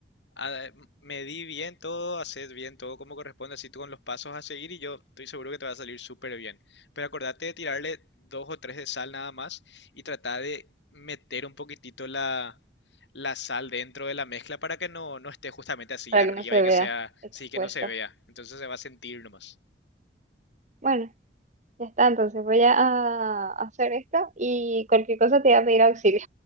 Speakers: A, on the left (about 90°); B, on the right (about 45°).
A: Ah, medí bien todo, haced bien todo como corresponde, así tú con los pasos a seguir y yo estoy seguro que te va a salir súper bien. Pero acordate de tirarle dos o tres de sal nada más y trata de meter un poquitito la, la sal dentro de la mezcla para que no, no esté justamente así
B: para
A: arriba
B: que no se
A: y que
B: vea
A: sea,
B: expuesto.
A: sí que no se vea. Entonces se va a sentir nomás.
B: Bueno, ya está, entonces voy a a hacer esto y cualquier cosa te voy a pedir auxilio.